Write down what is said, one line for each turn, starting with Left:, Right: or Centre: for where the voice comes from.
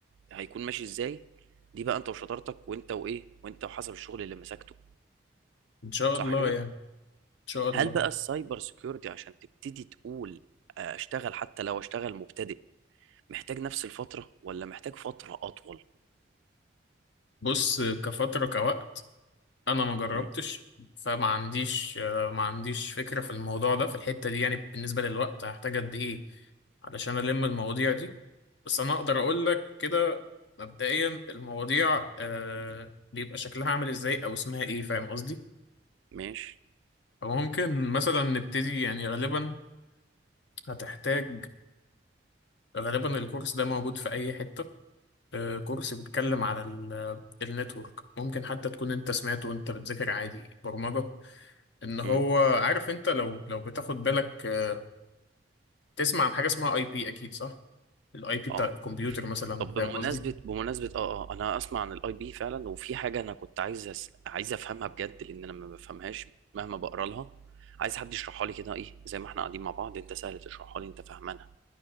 Right: هيكون ماشي ازاي دي بقى انت وشطارتك وانت وايه وانت وحسب الشغل اللي مسكته
Left: إن شاء
Right: صح
Left: الله
Right: كده
Left: يعني إن شاء الله
Right: هل بقى السايبر سيكيورتي عشان تبتدي تقول آه، اشتغل حتى لو اشتغل مبتدئ محتاج نفس الفترة ولا محتاج فترة أطول؟
Left: بص آه، كفترة كوقت انا ما جربتش
Right: مم.
Left: فما عنديش آه، ما عنديش فكره في الموضوع ده في الحته دي يعني بالنسبه للوقت هحتاج قد ايه علشان الم المواضيع دي بس انا اقدر اقول لك كده مبدئيا المواضيع آه بيبقى شكلها عامل ازاي او اسمها ايه فاهم قصدي
Right: ماشي
Left: فممكن مثلا نبتدي يعني غالبا هتحتاج غالبا الكورس ده موجود في اي حته آه كورس بيتكلم على ال- النتورك ممكن حتى تكون انت سمعته وانت بتذاكر عادي برمجه ان هو
Right: مم.
Left: عارف انت لو لو بتاخد بالك آه، تسمع عن حاجه اسمها اي بي اكيد صح الاي بي بتاع
Right: اه
Left: الكمبيوتر مثلا
Right: طب بمناسبة
Left: فاهم قصدي
Right: بمناسبة اه اه انا اسمع عن الاي بي فعلا وفي حاجة انا كنت عايز أس... عايز افهمها بجد لان انا ما بفهمهاش مهما بقرا لها عايز حد يشرحها لي كده ايه زي ما احنا قاعدين مع بعض انت سهل تشرحها لي انت فاهمانها